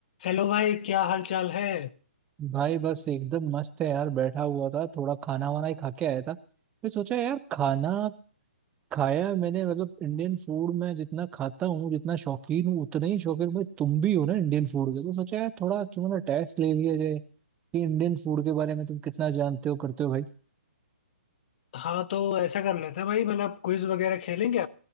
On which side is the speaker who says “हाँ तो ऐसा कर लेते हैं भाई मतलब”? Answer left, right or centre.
Left